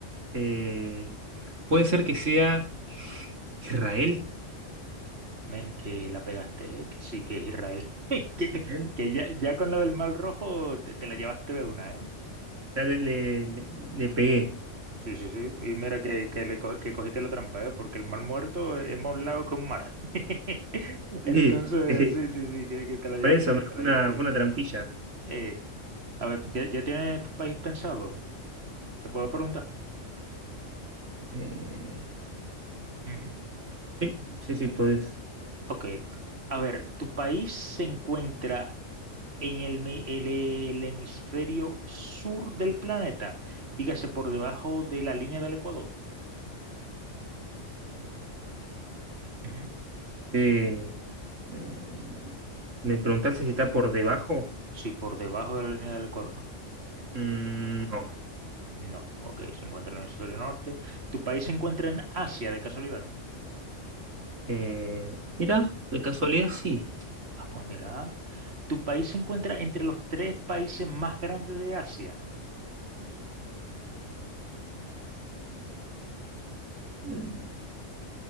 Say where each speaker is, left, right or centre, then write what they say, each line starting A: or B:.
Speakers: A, on the right; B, on the right.
A: Eh, puede ser que sea Israel.
B: Men, que la pegaste, ¿eh? Que sí, que es Israel. <laughs>
A: ¿Es
B: Que,
A: Israel?
B: que ya, ya con la del mal rojo te, te la llevaste de una, ¿eh?
A: Ya le, le- le- le pegué.
B: Sí, sí, sí. Y mira que, que, le co- que cogiste la trampa, ¿eh? Porque el mar muerto es más un lago que un mar. <laughs>
A: Sí,
B: Entonces,
A: <laughs> sí.
B: sí, sí, sí, que, que te la llevaste
A: Por eso
B: bien,
A: me-
B: te
A: fue
B: la
A: una,
B: llevaste bien.
A: fue una trampilla.
B: Eh, a ver, ¿ya, ya tienes tu país pensado? ¿Te puedo preguntar?
A: Eh,
B: Ujú.
A: sí, sí, sí, podés.
B: Ok. A ver, ¿tu país se encuentra en el, mi- el- el hemisferio sur del planeta? Dígase, por debajo de la línea del Ecuador. Ujú.
A: Eh, eh, ¿me preguntaste si está por debajo?
B: Sí, por debajo de la línea del Ecuador.
A: Mm, no.
B: No, ok, se encuentra en el hemisferio norte. ¿Tu país se encuentra en Asia de casualidad?
A: Eh, mira, de casualidad sí.
B: Ah, pues mira, ¿tu país se encuentra entre los tres países más grandes de Asia?
A: Eh,